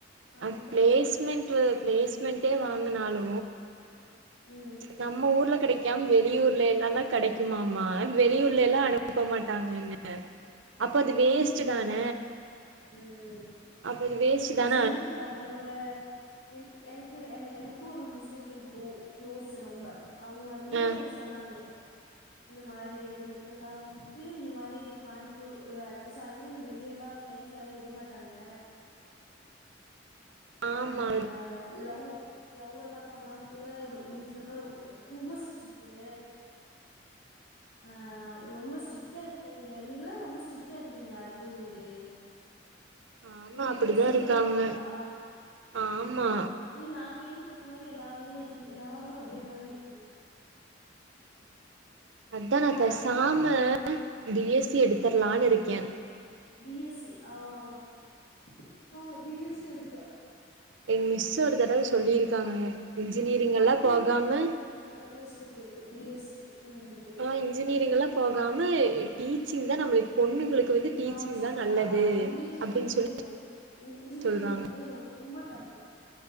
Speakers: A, on the right (about 75°); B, on the left (about 55°).
A: அ
B: அவ்ளோதா
A: பிளேஸ்மெண்ட்டு பிளேஸ்மெண்டே வாங்கினாலு
B: ம்
A: நம்ம ஊர்ல கெடைக்காம் வெளியூர்ல எல்லாதா கெடைக்குமாமா வெளியூர்ல எல்லா அனுப்ப மாட்டாங்க என்ன அப்போ அது
B: தெரியு
A: வேஸ்ட்ட்
B: தெரியு
A: தான
B: ம்
A: அப்ப அது வேஸ்ட் தான்
B: சொல்லிருக்கா என்னோட என் என்கு எனக்கு ஒரு முஸ்லீம் ஃப்ரெண்ட் கோ க்ளோஸ் ரொம்ப அவ்ங்க வந்து
A: அ
B: சொன்னாங்க இந்த மாரி எங்களுக்கெல்லா வந்துடு இந்த மாரி கோய்ம்புத்தூர் அஞ்சு சாய்மீன் வெளிய எல்லா பிளைன்ஸ்லால்ல விடமாட்டாங்க அ
A: ஆமா
B: லவ் லவ் எல்லா பண்ணாக்குட ரொ வீட்ல எல்லா ரொம்ப ஸ்டிட்டு ஆ ரொம்ப ஸ்ட்ரிக்டா இருக்கு இங்க நீங்களா ரொம்ப ஸ்ட்ரிக்டா இருப்பிங்ளா எப்போதுமே
A: ஆமா
B: உங்க வீட்ல
A: அப்டிதா
B: ஸ்ட்ரிக்டா
A: இருக்காங்க
B: இருப்பாங்களா
A: ஆமா
B: நீ நா கேள்விப்பட்ட மாரி எல்லாருமே எல்லாருமே ஒரே மாரி இருக்கீங்க
A: அதா நா
B: கேட்
A: பேசாம பிஎஸ்சி
B: ஆ
A: எடுத்தரலான்னு இருக்கே
B: பி எஸ் சி ஆ பி எஸ் சி எடுக்கலா
A: எங்க மிஸ் ஒரு தடவ சொல்லியிருக்காங்கங்க இன்ஜினியரிங் எல்லா போகாம
B: நெறையா ஸ்கோப் இருக்கு பி எஸ் சிக்கு ம் எடுக்கலா
A: ஆ இன்ஜினியரிங் எல்லா போகாம டீச்சிங்தா நம்மளுக்கு பொண்ணுங்களுக்கு வந்து டீச்சிங்தா
B: நா ஒன்னு சொல்ட்டா
A: நல்லது
B: இங்கிலீஷ்
A: அப்டின்
B: வந்து
A: சொல்லி
B: ரொம் இன்ஜினியரிங்
A: சொல்றாங்க
B: வந்து ரொம்ப டஃப்